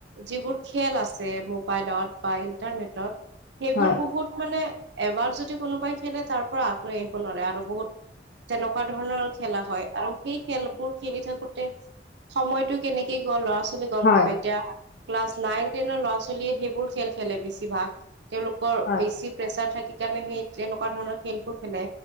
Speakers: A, on the right; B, on the left.
A: যিবোৰ খেল আছে, মোক মোবাইলত বা ইণ্টাৰনেটত বা সেইবোৰ
B: হয়
A: বহুত মানে, এবাৰ যদি কোনোবাই খেলে তাৰ পৰা আঁতৰি আহিব নোৱাৰে, আৰু বহুত তেনেকুৱা তেনেকুৱা ধৰণৰ খেলা হয় আৰু সেই খেলবোৰ খেলি থাকোতে সময়টো কেনেকে গ'ল ল'ৰা ছোৱালী গম
B: হয়
A: নাপায়, ‌ এতিয়া ক্লাছ নাইন টেনৰ ল'ৰা ছোৱালী লীয়ে সেইবোৰ খেল খেলে বেছিভাগ। তেওঁলোকৰ
B: হয়
A: বেছি প্ৰেছাৰ থাকি কাৰণে সেই যেনেকুৱা ধৰণৰ খেলবোৰ খেলে